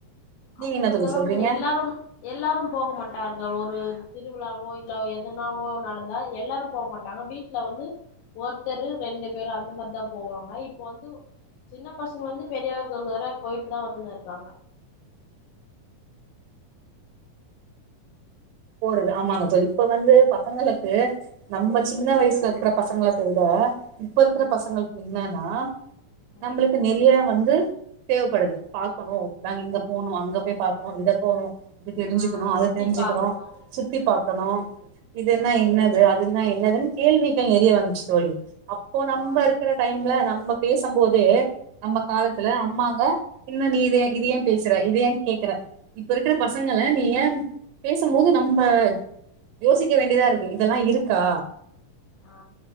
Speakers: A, on the right; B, on the left.
A: நீங்க
B: அப்பொழுதெல்லாம்
A: என்ன தோழி சொல்றீங்க
B: எல்லாரும் எல்லாரும் போக மாட்டார்கள் ஒரு திருவிழாவோ இல்ல எதனாவோ நடந்தா எல்லாரு போ மாட்டாங்க வீட் ல வந்து ஒருத்தரு ரெண்டு பேரு அந்த மாரிதா போவாங்க இப்ப வந்து சின்ன பசங்க வந்து பெரியவர்கள் வர போயிட்டு தா வந்துன்னு இருக்காங்க
A: போறது ஆமாங்க தோழி இப்ப வந்து பசங்களுக்கு நம்ம சின்ன
B: ம்
A: வயசுல இருக்குற பசங்களுக் த விட இப்ப இருக்குற
B: ம்
A: பசங்களுக்கு என்னன்னா
B: ம்
A: நம்மளுக்கு நெறைய வந்து தேவைப்படுது பாக்கணு நாங்க இங்க போகணு அங்க போய் பாககணு இத போணு இது தெரிஞ்சுக்கணு
B: ஆ
A: அது
B: சுத்தி
A: தெரிஞ்சுக்கணு
B: பாக்கணு
A: சுத்தி பாக்கணு
B: ம்
A: இதுன்னா
B: ம்
A: என்னது அதுன்னா என்னதுன்னு கேள்விகள் நெறைய வந்துச்சு தோழி அப்போ நம்ம
B: ஆ
A: இருக்குற டைம்ல நம்ம பேசும் போதே நம்ம காலத்துல
B: ம்
A: அம்மாங்க இன்ன நீ இத இது ஏ பேசுற இது ஏ கேக்குற இப்ப இருக்கிற பசங்க நீ ஏ த்தும் போது நம்ம யோசிக்க வேண்டியதா இருக்கு இதெல்லா இருக்கா
B: ஆ